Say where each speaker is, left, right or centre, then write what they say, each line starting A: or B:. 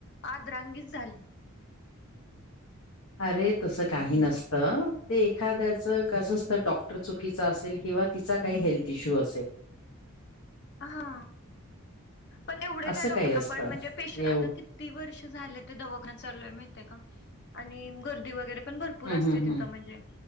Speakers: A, on the left; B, on the left.
A: आदरांगीत झाली.
B: अरे तसं काही नसतं ते एखाद्याच कस असत डॉक्टर चुकीचा असेल किंवा तिचा काही हेल्थ इश्यू असेल.
A: हा पण एवढे
B: असं
A: त्या डॉक्टरना
B: काही असतं.
A: पणजे पेशंट
B: एव
A: आता किती वर्ष झाले ते दवाखाना चालूय माहितीये का आणि गर्दी वगैरे पण भरपूर
B: हं,
A: असते
B: हं,
A: तिथं
B: हं.
A: म्हणजे